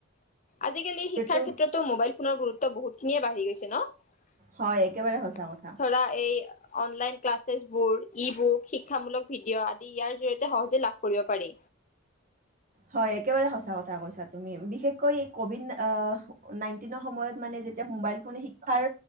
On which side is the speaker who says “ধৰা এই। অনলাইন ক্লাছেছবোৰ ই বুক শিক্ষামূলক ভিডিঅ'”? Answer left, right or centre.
Left